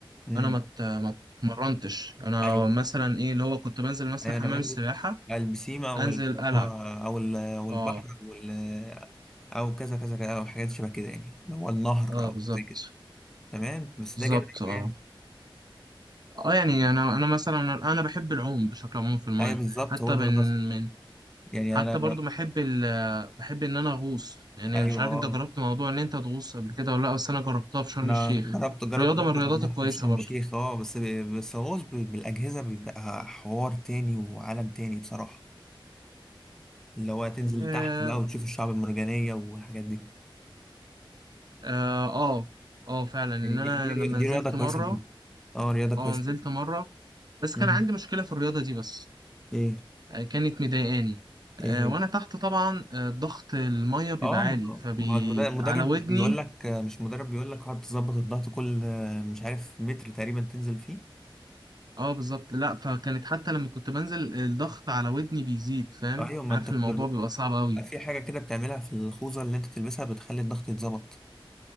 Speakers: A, in the centre; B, on the right.
A: امم
B: انا ما ات- ما اتمرنتش انا
A: ايوه
B: مثلا ايه اللي هو كنت بنزل مثلا
A: ايوه
B: حمام
A: انا بنزل
B: السباحه
A: على البسيمه او
B: انزل
A: ال-
B: مم. العب
A: او ال- او البحر
B: اه
A: او ال- او كذا كذا كذا او حاجات شبه كده يعني اللي هو النهر
B: اه
A: او
B: بالظبط
A: زي كده تمام بس
B: بالظبط
A: ده جامد
B: اه
A: قوي يعني
B: اه يعني انا انا مثلا انا بحب العوم بشكل عام في المايه
A: ايوه بالظبط
B: حتى
A: هو ده
B: من
A: القصد
B: من
A: يعني
B: حتى
A: انا
B: برضو بحب ال بحب ان انا اغوص يعني
A: ايوه
B: مش عارف انت
A: اه
B: جربت موضوع ان انت تغوص قبل كده ولا لا بس انا جربتها في شرم
A: انا
B: الشيخ
A: جربت جربت
B: رياضه
A: برضه
B: من الرياضات
A: جربت
B: الكويسه
A: في شرم
B: برضو
A: الشيخ اه بس بس غوص ب- بالاجهزه بيبقى حوار تاني وعالم تاني بصراحه اللي هو تنزل
B: اه
A: تحت بقى وتشوف الشعب المرجانيه والحاجات دي
B: اه اه آه، فعلا ان
A: يعني دي
B: انا
A: دي, ري-
B: لما
A: دي
B: نزلت
A: رياضه
B: مره
A: كويسه جدا اه رياضه كويسه
B: اه نزلت
A: جدا
B: مره بس
A: مم.
B: كان عندي مشكلة في الرياضة دي بس
A: ايه
B: آه، كانت مضايقاني آه،
A: ايه هي
B: وانا تحت طبعا آه، ضغط المية بيبقى
A: اه
B: عالي
A: ما
B: فبي
A: ما المد- المدرب
B: على ودني
A: مش بيقول لك مش مدرب بيقول لك اقعد تظبط الضغط كل مش عارف متر تقريبا تنزل فيه
B: اه بالظبط لا فكانت حتى لما كنت بنزل الضغط على ودني بيزيد فاهم
A: ايوه ما
B: عارف
A: انت كنت
B: الموضوع
A: بت-
B: بيبقى صعب قوي
A: في حاجه كده بتعملها في الخوذه اللي انت بتلبسها بتخلي الضغط يتظبط